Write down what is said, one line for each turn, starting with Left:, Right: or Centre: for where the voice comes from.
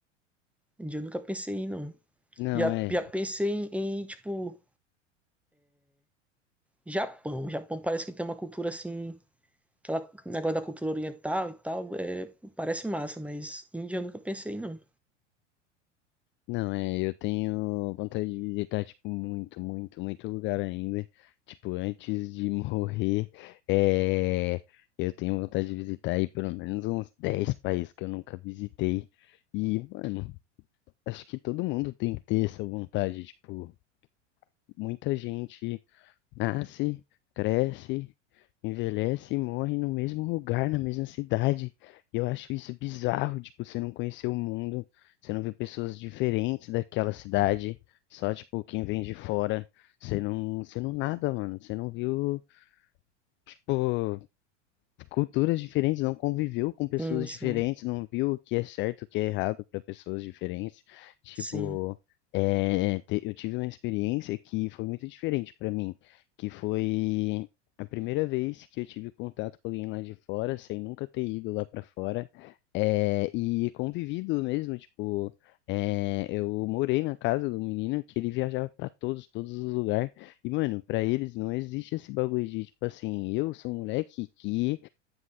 Centre: Índia eu nunca pensei em ir, não.
Left: Não,
Centre: Já,
Left: é.
Centre: já pensei em, em, tipo, Japão. Japão parece que tem uma cultura assim, aquela negócio da cultura oriental e tal, é, parece massa, mas Índia eu nunca pensei, não.
Left: Não, é. Eu tenho vontade de visitar, tipo, muito, muito, muito lugar ainda. Tipo, antes de <laughs> morrer, é, eu tenho vontade de visitar aí pelo menos uns 10 países que eu nunca visitei. E, mano, acho que todo mundo tem que ter essa vontade, tipo. muita gente nasce, cresce, envelhece e morre no mesmo lugar, na mesma cidade. E eu acho isso bizarro, tipo, você não conhecer o mundo, você não viu pessoas diferentes daquela cidade, só, tipo, quem vem de fora. Você não, você não nada, mano. Você não viu, tipo, culturas diferentes, não conviveu com pessoas
Centre: Sim,
Left: diferentes,
Centre: sim,
Left: não viu o que é certo, o que é errado para pessoas diferentes. Tipo,
Centre: sim.
Left: é, te- eu tive uma experiência que foi muito diferente para mim, que foi a primeira vez que eu tive contato com alguém lá de fora, sem nunca ter ido lá para fora, é, e convivido mesmo, tipo, é, eu morei na casa do menino que ele viajava para todos, todos os lugares. E, mano, pra eles não existe esse bagulho de, tipo assim, eu sou um moleque que